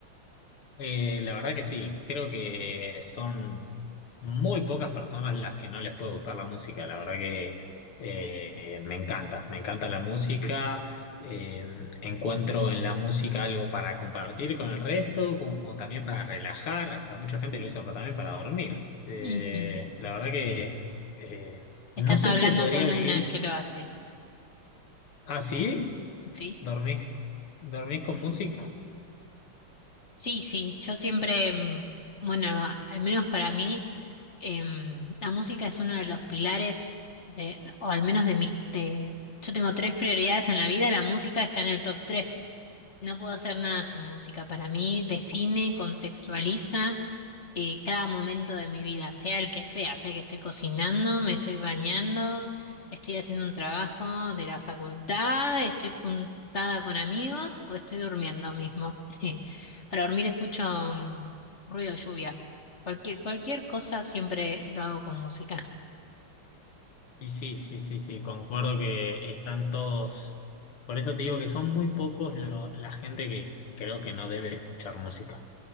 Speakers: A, on the left; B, on the left.
A: Eh, la verdad que sí, creo que son muy pocas personas las que no les puede gustar la música. La verdad que eh, me encanta, me encanta la música. eh, encuentro en la música algo para compartir con el resto, como también para relajar. Hasta mucha gente lo usa pa- también para dormir. Eh,
B: Ujú.
A: la verdad que eh, no
B: Estás
A: sé
B: hablando
A: si se podría
B: con
A: vivir
B: una que lo hace,
A: así.
B: ¿sí?
A: ¿Dormís, dormís con música?
B: Sí, sí, yo siempre, mm, bueno, al menos para mí, em, la música es uno de los pilares de, o al menos de mis, de- yo tengo tres prioridades en la vida, la música está en el top tres. No puedo hacer nada sin música. Para mí define, contextualiza eh, cada momento de mi vida, sea el que sea, sea que estoy cocinando, me estoy bañando, estoy haciendo un trabajo de la facultad, estoy juntada con amigos o estoy durmiendo mismo. <laughs> Para dormir escucho mm, ruido de lluvia. Cualquier, cualquier cosa siempre lo hago con música.
A: Y sí, sí, sí, sí, concuerdo que están todos. Por eso te digo que son muy pocos lo- la gente que creo que no debe escuchar música.